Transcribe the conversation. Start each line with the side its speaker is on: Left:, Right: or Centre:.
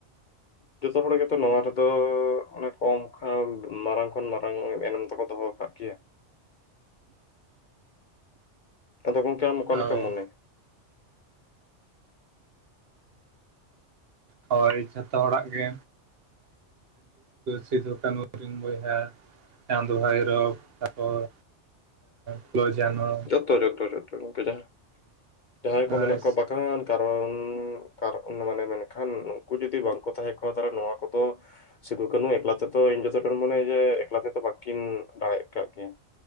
Left: <inaudible> ᱡᱷᱚᱛᱚ ᱦᱚᱲ ᱜᱮᱛᱚ ᱱᱚᱣᱟ ᱨᱮᱫᱚ ᱚᱱᱮ ᱠᱚᱢ ᱠᱷᱚᱱ ᱢᱟᱨᱟᱝ ᱠᱷᱚᱱ ᱢᱟᱨᱟᱝ ᱮᱱᱮᱢ ᱫᱚᱠᱚ ᱫᱚᱦᱚ ᱟᱠᱟᱫ ᱜᱮᱭᱟ᱾ ᱟᱫᱚ ᱜᱚᱢᱠᱮ ᱟᱢ
Right: ᱦᱳᱭ
Left: ᱞᱮᱠᱟᱢ ᱢᱚᱱᱮ?
Right: ᱦᱳᱭ ᱡᱷᱚᱛᱚ ᱦᱚᱲᱟᱜ ᱜᱮ, ᱥᱤᱫᱷᱩ ᱠᱟᱱᱩ ᱟᱹᱠᱤᱱ ᱵᱚᱭᱦᱟ, ᱪᱟᱸᱫ ᱵᱷᱟᱭᱨᱚᱵ ᱛᱟᱯᱚᱨ ᱯᱷᱩᱞᱚ ᱡᱷᱟᱱᱚ
Left: ᱴᱚᱨᱮ ᱴᱚᱨᱮ ᱜᱚᱝᱠᱮ ᱡᱟᱦᱟᱸ ᱡᱟᱦᱟᱸᱭ ᱠᱚ
Right: ᱦᱳᱭ
Left: ᱢᱮᱱᱟᱜ ᱠᱚᱣᱟ ᱵᱟᱜᱟᱱ ᱠᱟᱨᱚᱱ ᱠᱟᱨᱚᱱ ᱢᱟᱱᱮ ᱢᱮᱱᱠᱷᱟᱱ ᱩᱱᱩᱠᱩ ᱡᱩᱫᱤ ᱵᱟᱝᱠᱚ ᱛᱟᱦᱮᱸ ᱠᱚᱜᱼᱟ ᱛᱟᱦᱞᱮ ᱱᱚᱣᱟ ᱠᱚᱫᱚ ᱥᱤᱫᱷᱩ ᱠᱟᱹᱱᱩ ᱮᱠᱞᱟ ᱛᱮᱫᱚ ᱤᱧ ᱡᱚᱛᱚᱴᱟᱧ ᱢᱚᱱᱮᱭᱟ ᱡᱮ ᱮᱠᱞᱟ ᱛᱮᱫᱚ ᱵᱟᱹᱠᱤᱱ ᱫᱟᱲᱮ ᱠᱟᱫ ᱠᱮᱭᱟ᱾